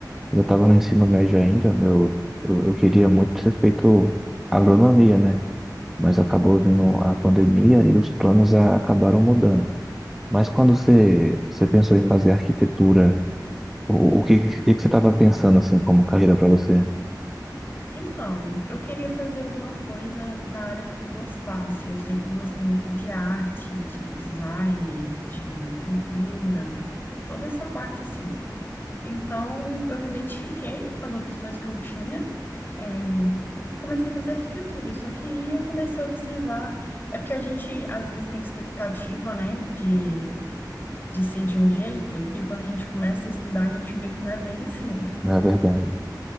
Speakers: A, in the centre; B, on the left (about 30°).
A: quando eu tava no ensino médio ainda, meu, eu, eu queria muito ter feito agronomia, né? Mas acabou vindo a pandemia e os planos a- acabaram mudando. Mas quando você, você pensou em fazer arquitetura, O, o que, o que que você estava pensando assim como carreira para você?
B: Então, eu queria fazer alguma coisa na área que eu gostasse. Eu sempre gostei muito de arte, de design, de pintura, toda essa parte assim. Então, eu me identifiquei com as opções que eu tinha, eh, e comecei a fazer arquitetura. Só que aí eu comecei a observar. É porque a gente, às vezes, tem expectativa, né, de, de ser de um jeito, e quando a gente começa a estudar, a gente vê que não é bem assim.
A: Na verdade.